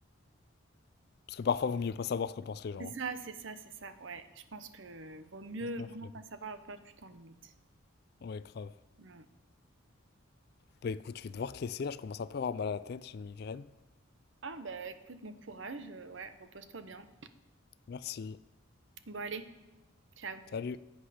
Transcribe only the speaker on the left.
Parce que parfois, vaut mieux pas savoir ce que pensent les gens.
hein.
Franchement,
flemme.
Ouais, grave.
Bah écoute, je vais devoir te laisser. Là, je commence un peu à avoir mal à la tête. J'ai une migraine.
Merci.
Salut.